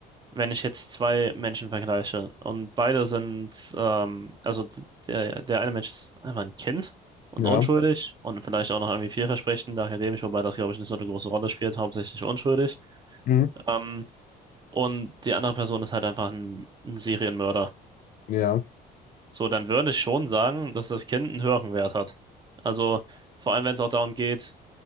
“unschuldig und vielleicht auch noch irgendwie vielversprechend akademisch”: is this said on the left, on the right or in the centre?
Right